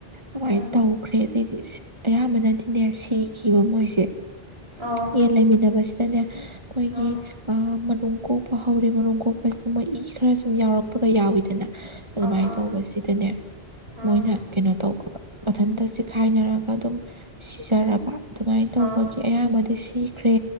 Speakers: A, on the right; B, on the right.
A: ꯑꯃꯥꯏ
B: ꯎꯝ
A: ꯇꯧꯈ꯭ꯔꯦ ꯑꯗꯩꯗꯤ ꯁꯤꯠ ꯑꯌꯥꯝꯕꯅꯗꯤꯅꯦ ꯁꯤ ꯈꯤꯕ ꯃꯣꯏꯁꯦ
B: ꯑꯣ
A: ꯌꯦꯟ ꯂꯩꯃꯤꯟꯅꯕꯁꯤꯗꯅꯦ ꯑꯩꯈꯣꯏꯒꯤ
B: ꯎꯝ
A: ꯑꯥ ꯃꯔꯨꯝ ꯀꯣꯛꯄ ꯍꯧꯔꯦ ꯃꯔꯨꯝ ꯀꯣꯛꯄ ꯃꯣꯏ ꯏ ꯈꯔ ꯁꯨꯝ ꯌꯥꯎꯔꯛꯄꯒ ꯌꯥꯎꯋꯤꯗꯅ ꯑꯗꯨꯃꯥꯏ
B: ꯑꯥ ꯑꯥ
A: ꯇꯧꯕꯁꯤꯗꯅꯦ
B: ꯑꯥ
A: ꯃꯣꯏꯅ ꯀꯩꯅꯣ ꯇꯧꯈꯤꯕ ꯃꯊꯟꯇ ꯆꯤꯈꯥꯏꯅꯔꯛ ꯑꯗꯨꯝ ꯁꯤꯖꯔꯕ ꯑꯗꯨꯃꯥꯏ
B: ꯑꯥ
A: ꯇꯧꯕꯒꯤ ꯑꯌꯥꯝꯕꯗꯤ ꯁꯤ ꯈ꯭ꯔꯦ